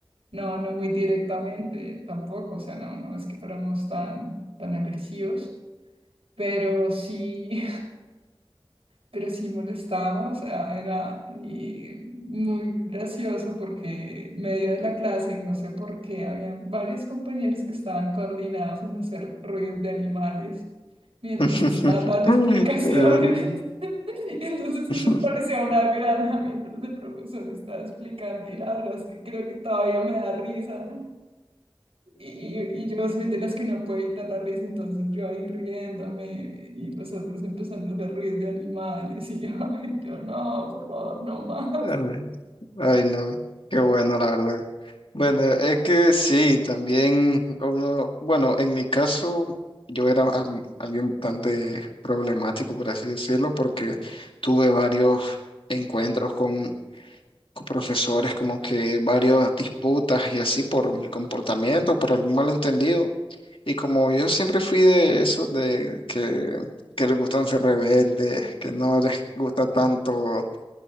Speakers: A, on the right (about 90°); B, on the left (about 65°).
A: No, no muy directamente tampoco, o sea, no, no es que fuéramos tan, tan agresivos, pero sí, pero sí molestábamos, ah, era y muy gracioso porque medio de la clase, no sé por qué, había varios compañeros que estaban coordinados en hacer ruidos de animales mientras
B: <laughs>
A: estaba dando explicaciones.
B: Eh,
A: <laughs> Y entonces eso
B: <laughs>
A: parecía una granja mientras el profesor estaba explicando y la verdad es que creo que todavía me da risa y, y yo soy de las que no puede evitar la risa, entonces yo ahí riéndome y los otros empezando a hacer ruidos de animales y yo, <laughs> ay, yo no, por favor, no más.
B: ay, ay. Ay, no, qué bueno, la verdad. Bueno, es que sí, también uno, bueno, en mi caso yo era al- alguien bastante problemático, por así decirlo, porque tuve varios encuentros con, con profesores, como que varias disputas y así por mi comportamiento, por algún malentendido. Y como yo siempre fui de eso, de que, que les gustan ser rebeldes, que no les gusta tanto